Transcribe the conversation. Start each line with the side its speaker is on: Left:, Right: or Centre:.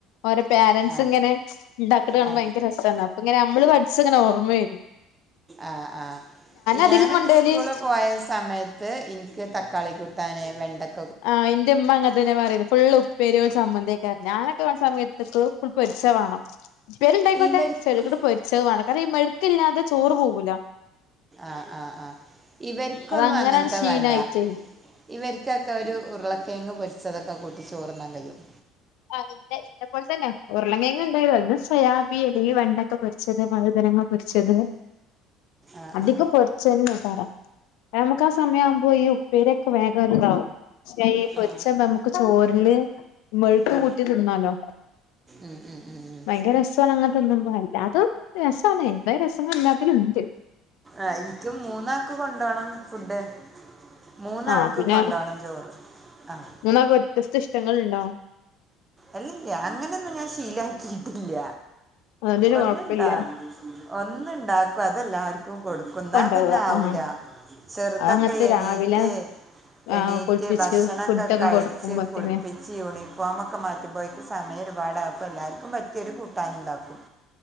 Left: ഓരോ പേരൻസ്ഇങ്ങനെ
Right: ആ
Left: ണ്ടാക്ക്ണകാണുമ്പോ
Right: ആ
Left: ഭയങ്കെരരസ്സാണ്. പങ്ങനെ അമ്മ്ള് പട്ച്ചങ്ങനെ ഓർമ്മെവരും.
Right: ആഹ് ആഹ് ഞാനൊക്കെ
Left: അധികം കൊണ്ടോവല്
Right: സ്കൂള്പോയ സമയത്ത് ത്ത് ഇന്ക്ക് തക്കാളി കൂട്ടാൻ വെണ്ടക്
Left: ആഹ് ന്റെഇമ്മ അങ്ങെൻ തന്നെ പറ്യല് ഫുളള് ഉപ്പേരി ഒര്ചമ്മന്ത്വാക്കാരം സമയത്ത്ക്ക്ഫുൾ പൊര്ച്ചവാണം ഇപ്പേരിണ്ടായ്ക്കോട്ടെ
Right: ഇവർക്ക്
Left: ചെട് ക്ടപൊര്ച്ചവാണം കാരണം ഈമര് ക്കില്ലാതെ ചോറ് പോകൂല.
Right: ആഹ്ആഹ്ആഹ് ഇവര്ക്കൊന്നും
Left: അത് അങ്ങനെയാണ്
Right: അങ്ങൻത്തെവേണ്ട
Left: ശീലായിട്ടേ
Right: ഇവര്ക്കൊക്കെ ഒരു ഉർളക്കേങ്ങ് പൊര്ച്ചതൊക്കെ കൂട്ടി ചോർന്നാൻകയ്യും.
Left: ആ പിന്നെ ഇന്നെപ്പോലെ തന്നെ തന്നെ ഉർളങ്ങേങ്ങ് ണ്ടായി സൊയാബി യസകിവെണ്ടക്കപൊരി ചെ ത് വൈഴ്തനങ്ങപൊര്ച്ചത്
Right: ആ
Left: അധികം
Right: ആ
Left: പൊര്ചെന്നേ ക്കാരം. നമ്ക്ക് ആ സമയാ വ്മ്പോ ഈഉ ഇപേരിക്കെ വേഗംട്താവും ക്ഷെപൊര്ച്ചെതമ്മക്ക്
Right: ആ
Left: ചോറ്ല്മെ
Right: ആ
Left: കൂട്ടി ത്തിന്നാലോ
Right: ഉം ഉം ഉം ഉം
Left: വയ്‌ങ്കെരസ്സ്വാണ് അങ്ങ്നെ തിന്ന്മ്പോ എല്ലാതും രസ്സാണ് എന്ത് രസങ്ങൾ എല്ലാത്തിലുണ്ട്.
Right: ആഹ് ഇൻക്ക് മൂന്നാക്ക് കൊണ്ടോണം. ഫുഡ്. മൂന്നാൾക്ക്
Left: ആഹ് പിന്നെ
Right: കൊണ്ടോണം ചോറ് ആഹ്
Left: മൂന്നാക്ക് ഒറ്റിസ്റ്റിസ് പെങ്ങള്ണ്ടോ
Right: അല്ലല്യാഅങ്ങനൊന്നും ഞാൻശീലാക്കീട്ടില്ല
Left: അതുകൊണ്ടൊരു
Right: ഒന്ന്ണ്ടായി
Left: കൊഴപ്പില്ല
Right: ഒന്ന്ണ്ടാക്കും അതെല്ലാര്ക്കും <inaudible> കൊടുക്കുന്നാ
Left: കൊണ്ടോവാ
Right: തന്നെ ആവൂലാചെറ്തെക്കെ
Left: ആഹ് അതങ്ങത്തെ
Right: എണീറ്റ്
Left: രാവിലെ ആഹ്
Right: എണീറ്റ്
Left: കുളിപ്പിച്ച്
Right: ഭക്ഷണൊക്കെ
Left: ഫുഡൊക്കെ
Right: കഴിച്ച്
Left: കൊടുക്കുമ്പോത്തിന്
Right: കുളിപ്പിച്ച് യൂണിഫോമൊക്കെ ഒക്കെ മാറ്റുമ്പൊയേക്ക് സമയം ഒരുപാടാകും അപ്പെഎല്ലാർക്കും പറ്റ്യൊരു കൂട്ടാനുണ്ടാക്കും